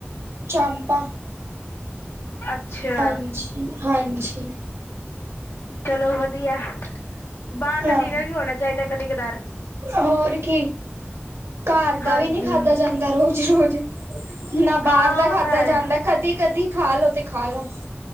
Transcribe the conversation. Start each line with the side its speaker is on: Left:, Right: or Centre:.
Right: ਚਾਂਪਾ
Left: ਅੱਛਾ
Right: ਹਾਂਜੀ-ਹਾਂਜੀ
Left: ਚਲੋ ਵਧੀਆ ਬਾਰ
Right: ਹਾਂ
Left: ਤਾਂ ਡਿਨਰ ਵੀ ਹੋਣਾ ਚਾਈਦਾ ਕਦੀ ਕਦਾਰ
Right: ਹੋਰ ਕੀ ਘਾਰ ਦਾ
Left: ਹਾਂਜੀ
Right: ਵੀ ਨਈ ਖਾਧਾ ਜਾਂਦਾ ਰੋਜ਼ ਰੋਜ਼ ਨਾ
Left: ਹਾਂ
Right: ਬਾਰ ਦਾ
Left: ਉਹ
Right: ਖਾਧਾ
Left: ਤਾਂ ਹੈ
Right: ਜਾਂਦਾ ਕਦੀ-ਕਦੀ ਖਾ ਲੋੋ ਤੇ ਖਾ ਲੋੋ।